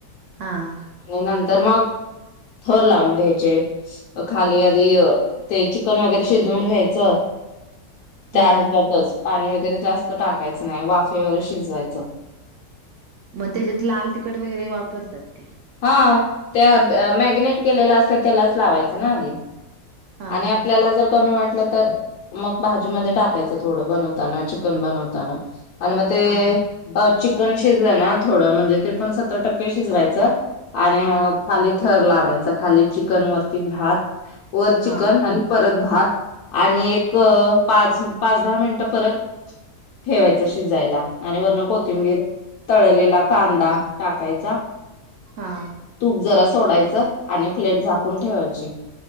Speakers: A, on the right; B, on the left.
A: हा.
B: म नंतर मग थर लावून घ्यायचे. अह खाली आधी अह ते चिकन वगैरे शिजवून घ्यायचं त्या
A: हम्म
B: ह्याच्यातच पाणी वगैरे जास्त टाकायचं नाही वाफेवर शिजवायचं
A: मग त्याच्यात लाल तिखट वगैरे वापरतात काय.
B: हां त्या मॅगनेट केलेलं असत त्यालाच लावायचं ना आधी
A: हा
B: आणि
A: हा
B: आपल्याला जर कमी वाटलं तर मग भाजी मध्ये टाकायचं थोडं बनवताना चि कन बनवताना आणि म ते
A: हा हा.
B: अह चिकन शिजलं ना थोडं म्हणजे ते पण सत्तर टक्के शिजवायचं आणि मग
A: हा
B: खाली थर लावायचा खाली चिकन वरती भात वर चिकन
A: हा
B: आणि परत भात आणि एक
A: ह
B: पाच पाच दहा मिनिटं परत ठेवायचं शिजायला आणि वरन कोथिंबीर, तळलेला कांदा टाकायचा
A: हा
B: तूप जरा सोडायचं. आणि प्लेट झाकून ठेवायची